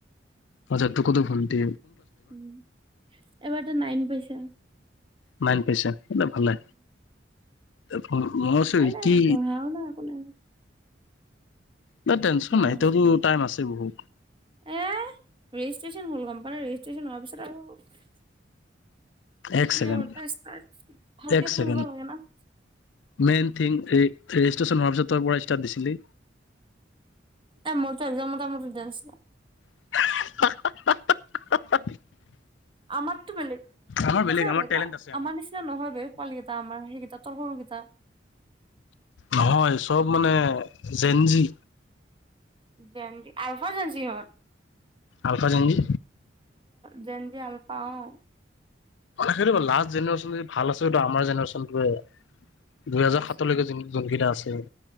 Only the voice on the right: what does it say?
উ এবাৰতো নাইন পাইছা
ভালে
পঢ়াও নাই একো নাই।
উম,
এ ৰেজিষ্ট্ৰেশচন হল কোম্পানীৰ ৰেজিষ্ট্ৰেশচন হোৱাৰ পিছত আৰু
কি
আৰু তাৰ ভালকে
পঢ়িব লাগে ন
এ মোৰতো একদাম মত মত আছিল
আমাৰতো বেলেগ
সঁচা
আৰু
আমাৰ নিচিনা নহয় ব পোৱালী কেইটা আমাৰ সেইকেইটা তৰ সৰুকেইটা
জজ আলফা জেসিহঁত
জঞ্জি আলফাওঁ
সঁচা।